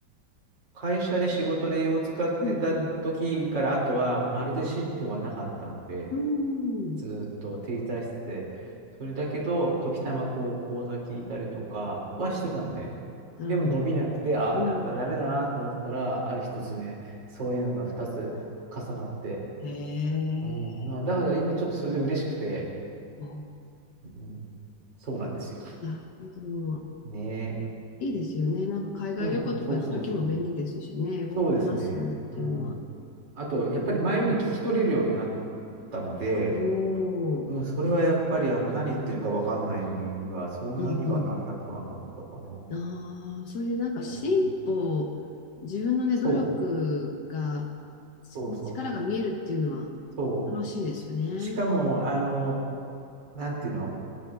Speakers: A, on the right; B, on the left.
A: 会社で仕事で英語を使ってた時から、
B: うん、
A: あとはまるで進歩がなかったので、
B: うん。うん。
A: ずーっと停滞してて、それだけど、時たまこう講座聞いたりとかはしてたのね。
B: うんなるほど。
A: でも伸びなくて、ああ、
B: うん。
A: なんかダメだなと思ったら、ある日突然、そういうのが二つ重なって、
B: へえ。
A: うん、なだから今ちょっとそれで嬉しくて、
B: あ
A: うん、そうなんですよ。
B: なるほど。
A: ね
B: いいですよね。なんか海外旅行とか行くときも便利ですしね。
A: え。うん、そうそうそう。
B: 英語を話すっていうのは。
A: そうですね。うん。あと、やっぱり前より聞き取れるようになったので、
B: お
A: うん、
B: ー、
A: それはやっぱりあの何言ってるかわかんないには、そんなにはなんなくはなったかな。
B: うんうん。ああ、そういうなんか進歩、
A: あれ。
B: 自分のね、
A: そう、
B: 努力が、ちね力が見えるっていうのは
A: そうそう、そ
B: 楽しいですよね。
A: う。しかも、あの、なんていうの、